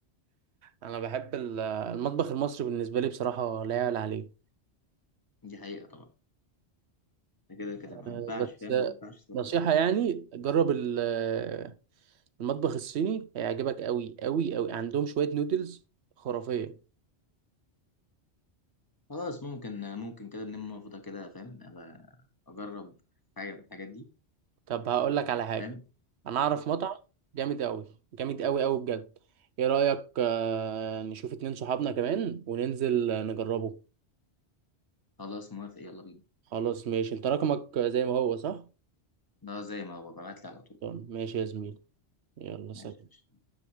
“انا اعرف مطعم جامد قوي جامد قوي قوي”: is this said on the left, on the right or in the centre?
Right